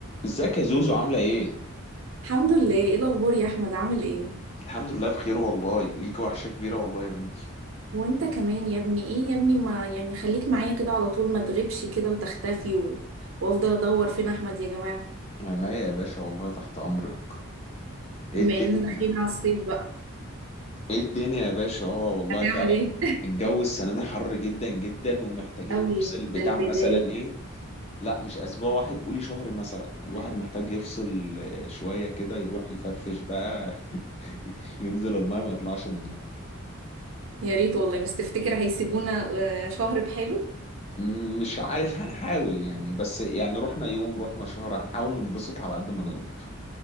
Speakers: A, on the left; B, on the right.
A: ازيك يا زوزو عاملة ايه؟
B: الحمد لله ايه الاخبار يا احمد عامل ايه
A: الحمد لله بخير والله ليك وحشة كبيرة والله يا بنتي
B: وانت كمان يا ابني ايه يا ابني ما يعني خليك معايا كده على طول ما تغيبش كده وتختفي و... وافضل ادور فين احمد يا جماعه
A: عينيا يا باشا والله تحت أمرك
B: بما
A: ايه الدنيا؟
B: اننا داخلين على الصيف بقى
A: ايه الدنيا يا باشا اه والله
B: هتعمل
A: فعلا
B: ايه
A: الجو السنة دي حر جدا جدا ومحتاجين
B: <laughs> قوي
A: نفصل بتاع
B: ده البدايه
A: مثلا ايه؟ لا مش أسبوع واحد قولي شهر مثلا الواحد محتاج يفصل آه، شوية كده يروح يفرفش بقى <laughs> ينزل الماء ما يطلعش منها
B: يا ريت والله بس تفتكر هيسيبونا آه، شهر بحاله
A: مم، مش عارف هنحاول يعني بس يعني رحنا يوم رحنا شهر هنحاول ننبسط على قد ما نقدر